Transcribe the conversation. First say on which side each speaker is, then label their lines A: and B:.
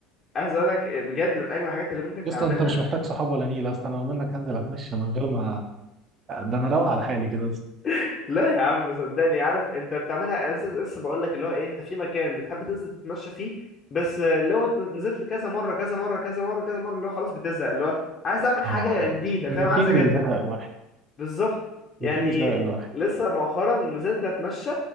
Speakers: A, on the left; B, on the right.
A: عايز اقول لك آه، بجد من اجمل الحاجات اللي ممكن
B: يا
A: تعملها
B: اسطى انت مش محتاج صحاب ولا نيله اصلا انا لو منك هنزل اتمشى من غير ما ده انا روق على حالي كده بس
A: <laughs> لا يا عم صدقني عارف انت بتعملها لسه لسه بقول لك اللي هو ايه انت في مكان بتحب تنزل تتمشى فيه بس آه، لو ت- نزلت كذا مره كذا مره كذا مره كذا مره اللي هو خلاص بتزهق اللي هو عايز اعمل حاجه
B: اه
A: جديده فاهم
B: الروتين
A: عايز اجدد
B: بيزهق الواحد
A: بالظبط يعني
B: الروتين بيزهق الواحد
A: لسه مؤخرا نزلت اتمشى